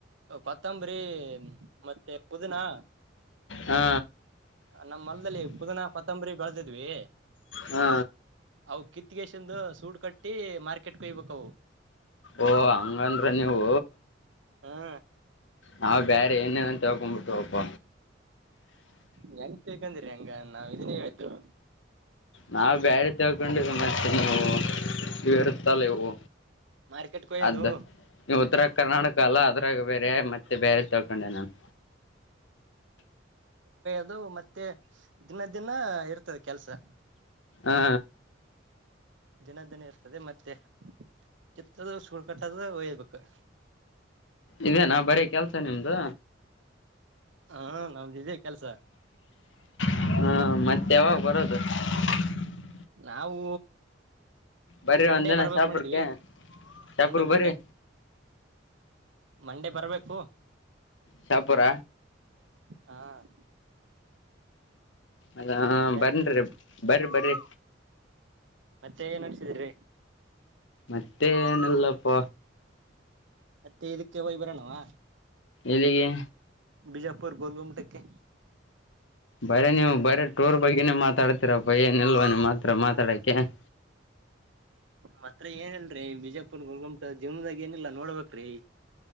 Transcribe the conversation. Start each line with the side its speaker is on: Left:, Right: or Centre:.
Right: ಕೊತ್ತಂಬರಿ ಮತ್ತೆ ಪುದಿನಾ,
Left: ಹಾ
Right: ನಮ್ಮ್ ಹೊಲ್ದಲ್ಲಿ ಪುದಿನಾ, ಕೊತ್ತಂಬರಿ ಬೆಳದಿದ್ವಿ
Left: ಹಾ
Right: ಅವು ಕಿತ್ತಗೆಸಂದು ಸೂಟ್ ಕಟ್ಟಿ ಮಾರ್ಕೆಟ್ ಕೋಯ್ಬೇಕವು.
Left: ಓ ಹಂಗಂದ್ರ ನೀವು.
Right: ಹಾ
Left: ನಾವ್ ಬ್ಯಾರೆ ಏನೇ ಅಂತ ತಿಳ್ಕೊಂಬಿಟ್ ಅಪ್ಪ.
Right: ಹೆಂಗ ತಿಳ್ಕಂದಿರಿ ಹಂಗ ನಾವ್ ಇದನ್ನೆ ಹೇಳತಿವ
Left: ನಾವು ಬ್ಯಾರೆ ತಿಳ್ಕೊಂಡ ಮತ್ತೆ ನೀವು ಇರುತ್ತಲ್ಲ ಇವು.
Right: ಮಾರ್ಕೆಟ್ ಕೊಯ್ಯೋದು
Left: ಅದ ನೀವು ಉತ್ತರ ಕರ್ನಾಟಕ ಅಲ್ಲ ಅದ್ರಾಗ ಬೇ ರೆ ಮತ್ತೆ ಬೇರೆ ತಿಳ್ಕೊಂಡೆ ನಾನು
Right: ಅದು ಮತ್ತೆ ದಿನ ದಿನ ಇರ್ತದೆ ಕೆಲ್ಸಾ
Left: ಹಾ
Right: ದಿನ ದಿನ ಇರ್ತದೆ ಮತ್ತೆ ಕಿತ್ತದು ಸುಳ್ ಕಟ್ಟದ ಓಯ್ಬೇಕು.
Left: ಇದೇನಾ ಬರೀ ಕೆಲ್ಸ ನಿಮ್ದು
Right: ಹಾ ನಮ್ದ್ ಇದೆ ಕೆಲ್ಸ.
Left: ಹಾ ಮತ್ತೆ <unintelligible>
Right: ನಾವು.
Left: ಬರ್ರಿ
Right: ಮಂಡೇ
Left: ಒಂದಿನ
Right: ಬರಬೇಕು
Left: ಶಾಪುರ್ಕ್ಕೆ
Right: ಮಾಡಿದ್ವಿ
Left: ಶಾಪುರ್
Right: ಮಂಡೇ ಮಂಡೇ.
Left: ಬರ್ರಿ
Right: ಮಂಡೇ ಬರ್ಬೇಕು.
Left: ಶಾಪುರ.
Right: ಹಾ <inaudible>
Left: ಅದ ಹ
Right: ಮತ್ತೆ
Left: ಬನ್ರಿ ಬರ್ರೀ ಬರ್ರಿ.
Right: ಮತ್ತೆ ಏನ್ ನಡ್ಸಿದ್ರಿ.
Left: ಮತ್ತೆನಲ್ಲಪ್ಪ.
Right: ಮತ್ತೆ ಇದಕ್ಕೆ ಹೋಗ್ ಬರೋಣವಾ?
Left: ಎಲ್ಲಿಗೆ.
Right: ಬಿಜಾಪುರ್ ಗೋಲ್ಗುಮಟಕ್ಕೆ.
Left: ಬರೆ ನೀವು ಬರೇ ಟೂರ್ ಬಗ್ಗೆನೇ ಮಾತಾಡ್ತೀರಪ್ಪ ಏನಲ್ವ ನಿಮ್ ಮಾತ್ರ ಮಾತಾಡಕ್ಕೆ. <inaudible>
Right: ಮತ್ರ ಏನಿಲ್ರೀ ಬಿಜಾಪುರ್ ಗುಲ್ಗುಮಟ ಜೀವನದಾಗ ಏನಿಲ್ಲಾ ನೋಡ್ಬೇಕ್ರೀ.